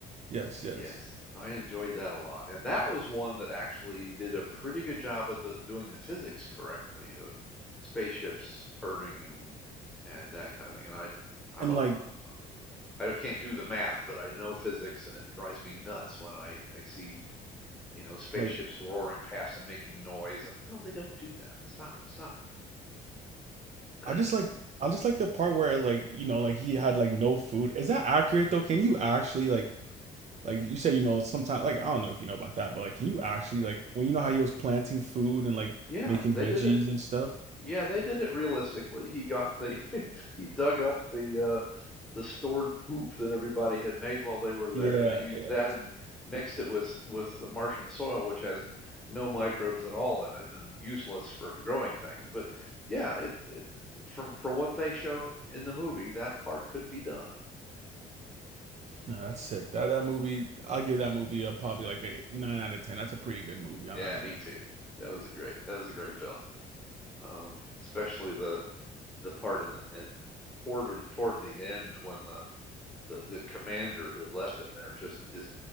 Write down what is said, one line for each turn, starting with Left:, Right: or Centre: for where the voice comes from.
Right: yes, yes.
Centre: Yes, I enjoyed that a lot. And that was one that actually did a pretty good job of the doing the physics correctly of spaceships turning and and that kind of thing. And I I'm
Right: And
Centre: a
Right: like,
Centre: uh, I can't do the math, but I know physics and it drives me nuts when I I see, you know, spaceships
Right: like
Centre: roaring past and making noise and no, they don't do that. Stop, stop. <clears throat>
Right: I just like I just like the part where like you know like he had like no food. Is that accurate though? Can you actually like like you said, you know, sometimes like I don't know if you know about that, but like, can you actually like when you know how he was planting food and like
Centre: Yeah,
Right: making
Centre: they
Right: veggies
Centre: did it
Right: and stuff?
Centre: Yeah, they did it realistically. He got the <laughs> he dug up the uh the stored poop that everybody had made while they were there,
Right: Yeah,
Centre: and they used
Right: yeah.
Centre: that and mixed it with with the Martian soil, which has n- no microbes at all in it and useless for, for growing things. But yeah, it, it from for what they showed in the movie, that part could be done.
Right: No, that's sick. That that movie, I'll give that movie a probably like a nine out of ten. That's a pretty good movie.
Centre: Yeah,
Right: I'm not gonna
Centre: me
Right: lie.
Centre: too. That was a great that was a great film. Um, especially the the part in the in, toward toward the end when the the the commander who had left him there just is